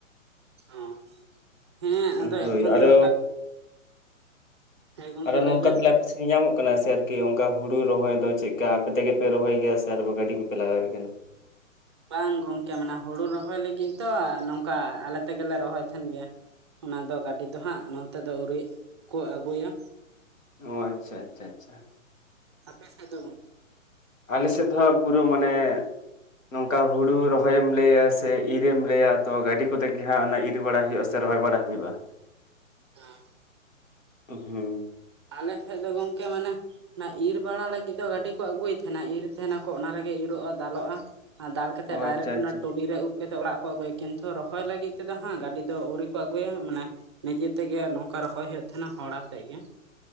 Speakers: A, on the right; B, on the left.
A: ᱚ ᱦᱮᱸ ᱟᱫᱚ
B: ᱦᱳᱭ
A: ᱮᱠᱷᱚᱱ
B: ᱟᱨᱚ
A: ᱫᱚ ᱴᱟᱠ ᱦᱮᱸ ᱜᱚᱢᱠᱮ
B: ᱟᱨᱚ ᱱᱚᱝᱠᱟ
A: ᱞᱟᱹᱭ ᱵᱮᱱ
B: <unintelligible> ᱠᱩᱥᱤ ᱧᱟᱢᱚᱜ ᱠᱟᱱᱟ ᱥᱮ ᱟᱨᱠᱤ ᱚᱝᱠᱟ ᱦᱩᱲᱩ ᱨᱚᱦᱚᱭ ᱫᱚ ᱪᱤᱠᱟ ᱟᱯᱮ ᱛᱮᱜᱮ ᱯᱮ ᱨᱚᱦᱚᱭ ᱜᱮᱭᱟ ᱥᱮ ᱟᱨ ᱜᱟᱹᱰᱤ ᱠᱚᱯᱮ ᱞᱟᱜᱟᱣᱮ ᱠᱟᱱᱟ?
A: ᱵᱟᱝ ᱜᱚᱝᱠᱮ ᱢᱟᱱᱮ ᱦᱩᱲᱩ ᱨᱚᱦᱚᱭ ᱞᱟᱹᱜᱤᱜ ᱫᱚ ᱱᱚᱝᱠᱟ ᱟᱞᱮ ᱛᱮᱜᱮᱞᱮ ᱨᱚᱦᱚᱭ ᱛᱟᱦᱮᱱ ᱜᱮᱭᱟ᱾ ᱚᱱᱟ ᱫᱚ ᱜᱟᱹᱰᱤ ᱫᱚ ᱦᱟᱸᱜ ᱱᱚᱱᱛᱮ ᱫᱚ ᱟᱣᱨᱤ ᱠᱚ ᱟᱹᱜᱩᱭᱟ᱾
B: ᱚ ᱟᱪᱪᱷᱟ ᱟᱪᱪᱷᱟ ᱟᱪᱪᱷᱟ᱾
A: ᱟᱯᱮ ᱥᱮᱜ ᱫᱚ?
B: ᱟᱞᱮ ᱥᱮᱜ ᱫᱚ ᱦᱟᱜ ᱯᱩᱨᱟᱹ ᱢᱟᱱᱮ ᱱᱚᱝᱠᱟ ᱦᱩᱲᱩ ᱨᱚᱦᱚᱭᱮᱢ ᱞᱟᱹᱭᱟ ᱥᱮ ᱤᱨᱮᱢ ᱞᱟᱹᱭᱟ ᱛᱚ ᱜᱟᱹᱰᱤ ᱠᱚᱛᱮᱜ ᱜᱮ ᱦᱟᱸᱜ ᱚᱱᱟ ᱤᱨ ᱵᱟᱲᱟ ᱦᱩᱭᱩᱜ-ᱟ᱾ ᱥᱮ ᱨᱚᱦᱚᱭ ᱵᱟᱲᱟ ᱦᱩᱭᱩᱜ-ᱟ᱾
A: <inaudible>
B: <inaudible>
A: ᱟᱞᱮ ᱥᱮᱜ ᱫᱚ ᱜᱚᱝᱠᱮ ᱢᱟᱱᱮ ᱚᱱᱟ ᱤᱨ ᱵᱟᱲᱟ ᱞᱟᱹᱜᱤᱫ ᱫᱚ ᱜᱟᱹᱰᱤ ᱠᱚ ᱟᱹᱜᱩᱭ ᱛᱟᱦᱮᱱᱟ ᱤᱨ ᱛᱟᱦᱮᱱᱟᱠᱚ ᱚᱱᱟ ᱨᱮᱜᱮ ᱤᱨᱚᱜ-ᱟ ᱫᱟᱞᱚᱜ-ᱟ᱾ ᱟᱨ ᱫᱟᱞ ᱠᱟᱛᱮᱜ
B: ᱚ
A: ᱰᱟᱭᱨᱮᱠᱴ
B: ᱟᱪᱪᱷᱟ ᱟᱪᱪᱷᱟ
A: ᱚᱱᱟ ᱴᱚᱞᱤ ᱨᱮ ᱩᱵ ᱠᱟᱹᱛᱮ ᱚᱲᱟᱜ ᱠᱚ ᱟᱹᱜᱩᱭᱟ ᱠᱤᱱᱛᱩ ᱨᱚᱦᱚᱭ ᱞᱟᱹᱜᱤᱫ ᱛᱚ ᱦᱟᱸᱜ ᱜᱟᱹᱰᱤ ᱫᱚ ᱟᱹᱣᱨᱤ ᱠᱚ ᱟᱹᱜᱩᱭᱟ ᱢᱟᱱᱮ ᱱᱤᱡᱮ ᱛᱮᱜᱮ ᱱᱚᱝᱠᱟ ᱨᱚᱦᱚᱭ ᱦᱩᱭᱩᱜ ᱛᱟᱦᱮᱸᱱᱟ ᱦᱚᱲ ᱟᱛᱮᱫ ᱜᱮ᱾